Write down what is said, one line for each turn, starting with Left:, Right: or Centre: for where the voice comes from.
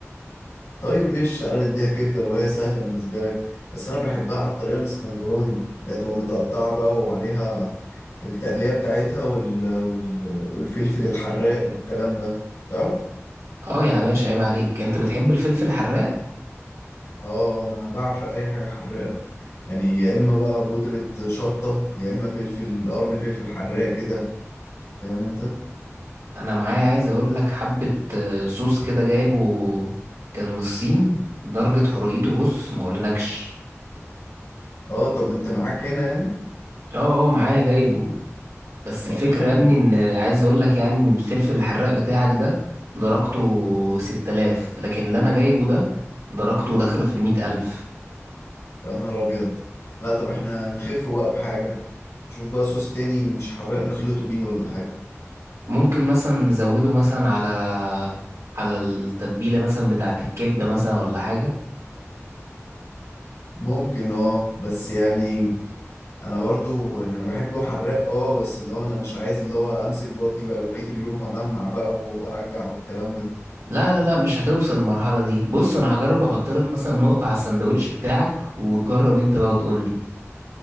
Left: طيب مش تعالى نديها كبده لو هي سهله بالنسبه لك بس انا بحبها على الطريقه الاسكندراني اللي هتبقى متقطعه بقى وعليها التقليه بتاعتها وال... وال... والفلفل الحراق والكلام ده تعرف
Right: اه يا باشا عيب عليك انت بتحب الفلفل الحراق
Left: اه انا بعشق اي حاجه حراقه يعني يا اما بقى بودره شطه يا اما فلفل قرن فلفل حراق كده فاهم انت
Right: انا معايا عايز اقول لك حبه آه، صوص كده جايبه كان من الصين درجه حرقته بص ما اقولكش
Left: اه طب انت معاك هنا يعني
Right: اه اه معايا جايبه بس
Left: طب
Right: الفكرة
Left: حلو
Right: يا ابني ان عايز اقول لك يعني إن الفلفل الحراق بتاعك ده درجته 6000 لكن اللي انا جايبه ده درجته داخلة في المية ألف
Left: يا نهار ابيض لا طب احنا نخف بقى بحاجه نشوف بقى صوص تاني مش حراق نخلطه بيه ولا حاجه
Right: ممكن مثلا نزوده مثلا على على التتبيلة مثلا بتاعة الكبدة مثلا ولا حاجة
Left: ممكن اه بس يعني انا برضو يعني انا بحبه حراق اه بس اللي هو انا مش عايز اللي هو امسك بطني بقى بقية اليوم ادمع بقى وارجع والكلام ده
Right: لا لا لا مش هتوصل المرحلة دي بص انا هجرب احط لك مثلا نقطة على السندوتش بتاعك وتجرب انت بقى وتقول لي